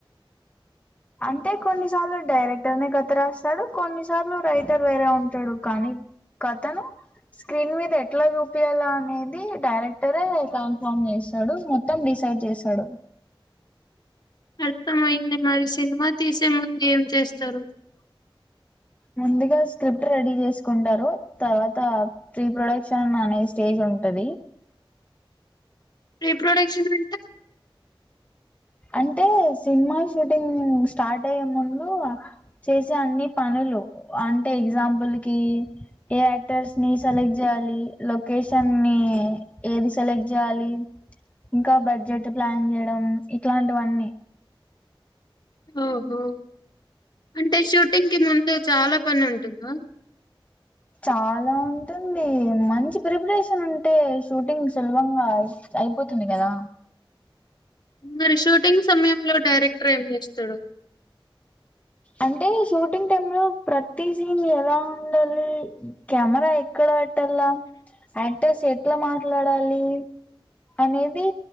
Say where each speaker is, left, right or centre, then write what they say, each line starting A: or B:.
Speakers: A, on the left (about 15°); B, on the left (about 50°).
A: అంటే కొన్నిసార్లు డైరెక్టర్ కథ రాస్తాడు కొన్నిసార్లు రైటర్ వేరే ఉంటాడు కానీ కథను స్క్రీన్ మీద ఎట్లా చూపిించాల అనేది డైరెక్టరే కన్ఫామ్ చేస్తాడు మొత్తం డిసైడ్ చేశాడు
B: అర్థంమయింది మరి సినిమా తీసే ముందు ఏం చేస్తారు
A: ముందుగా స్క్రిప్ట్ రెడీ చేసుకుంటారు తర్వాత ప్రీ ప్రొడక్షన్ అనే స్టేజ్ ఉంటది
B: రిప్రొడక్షన్ అంటా
A: అంటే సినిమా షూటింగ్ స్టార్ట్ అయ్యే ముందు చేసే అన్ని పనులు అంటే ఎగ్జాంపుల్ కి ఏ యాక్టర్స్ ని సెలెక్ట్ చేయాలి లొకేషన్ని ని ఏది సెలెక్ట్ చేయాలి ఇంకా బడ్జెట్ ప్లాన్ చేయడం ఇట్లాంటివన్నీ
B: ఓహో అంటే షూటింగ్ కి ముందు చాలా పని ఉంటుందా
A: చాలా ఉంటుంది మంచి ప్రిపరేషన్ ఉంటే షూటింగ్ సులభంగా అయిపోతుంది కదా
B: మరి షూటింగ్ సమయంలో డైరెక్టర్ ఏం చేస్తాడు
A: అంటే షూటింగ్ టైమ్ లో ప్రతి సీన్ ఎలా ఉండాలి కెమెరా ఎక్కడ పెట్టాల యాక్టర్స్ ఎట్లా మాట్లాడాలి అనేది